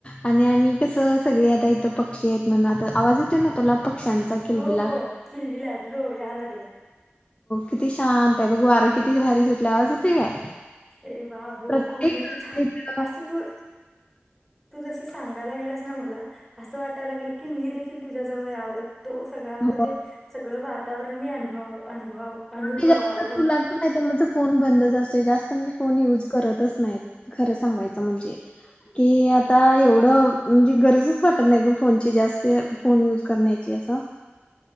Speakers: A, on the left (about 25°); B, in the centre.
A: आणि आम्ही कस सगळी आता इथं पक्षी आहेत म्हण आता आवाज येते ना तुला पक्ष्यांचा किलबिलाट
B: हो हो किलविलाट हो या लागला
A: किती शांत ते बघ वारं किती भारी सुटल्या आवाज येते काय
B: अरे वा हो
A: प्रत्येक
B: खूप म्हणजे
A: आमच्या
B: छान
A: इथं
B: असं तू तू जस सांगा लागलास ना मला असं वाटायला लागले की मी देखील तुझ्याजवळ यावत तो सगळा म्हणजे
A: हो
B: सगळं वा तवरण मी अनभव अनुभव अनुभवावं
A: आ जास्त तू लागतो माहि माझ फोन बंद असत जास्त आता मी फोन युज करतच नाही खरं सांगायच म्हणजे की आता एवढं म्हणजे गरजच वाटत नाही ग फोनची जास्त फोन युज करण्याची कस